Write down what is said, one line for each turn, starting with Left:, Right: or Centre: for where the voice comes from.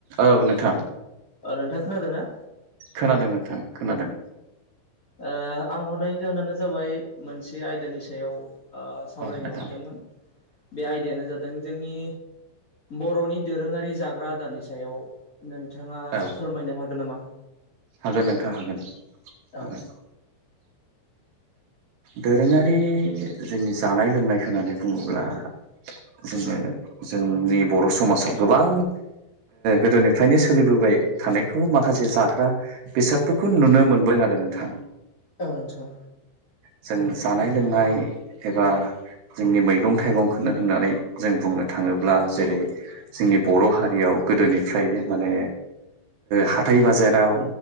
Right: औ नोंथां
Left: अ नोंथां खोनादों ना
Right: खोनादों नोंथां खोनादों
Left: ओ आं हरनायनि जाहोनानो जाबाय मोनसे आयदानि सायाव ओ सावरायनो
Right: नोंथां
Left: हरदोंमोन बे आयदायानो जादों जोंनि बर'नि दोरोङारि जाग्रा आदारनि सायाव नोंथाङा
Right: औ
Left: फोरमायनो हागोन नामा
Right: हागोन नोंथां हागोन
Left: औ
Right: हागोन दोरोङारि जोंनि जानाय लोंनाय होननानै बुङोब्ला जोङो
Left: उम
Right: जोंनि बर' समाजाव गोबां गोदोनिफ्रायनो सोलिबोबाय थानायखौ माखासे जाग्रा बेसादफोरखौ नुनो मोनदों आरो नोंथां
Left: औ नोंथां
Right: जों जानाय लोंनाय एबा जोंनि मैगं थाइगंखौनो होननानै जों बुंनो थाङोब्ला जेरै जोंनि बर' हारियाव गोदोनिफ्रायनो माने हााइ बाजाराव